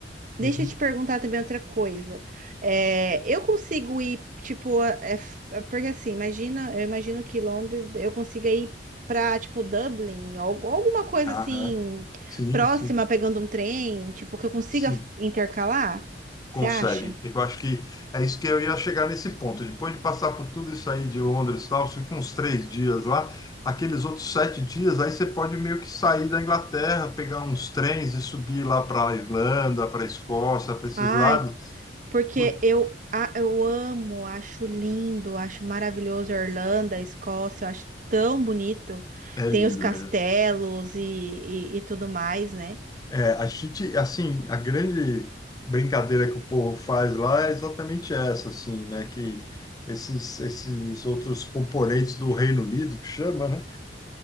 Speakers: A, on the right; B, on the left.
A: deixa
B: Uhum.
A: eu te perguntar também outra coisa. É, eu consigo ir, tipo, a- é f- porque assim, imagina, eu imagino que Londres eu consiga ir pra, tipo, Dublin, ou ou alguma coisa
B: Aham.
A: assim,
B: Sim,
A: próxima,
B: sim,
A: pegando um trem, tipo, que eu consiga
B: sim.
A: intercalar. Você
B: Consegue.
A: acha?
B: Eu acho que é isso que eu ia chegar nesse ponto. Depois de passar por tudo isso aí de Londres e tal, você fica uns três dias lá, aqueles outros sete dias, aí você pode meio que sair da Inglaterra, pegar uns trens e subir lá para a Irlanda, para a Escócia, para esses
A: Ai,
B: lados.
A: Porque
B: Putz,
A: eu, a- eu amo, acho lindo, acho maravilhoso a Irlanda, a Escócia, eu acho tão bonito.
B: é lindo
A: Tem os castelos
B: mesmo.
A: e, e, e tudo mais, né?
B: É, a gente, assim, a grande brincadeira que o povo faz lá é exatamente essa, assim, né? Que esses, esses outros componentes do Reino Unido, que chama, né?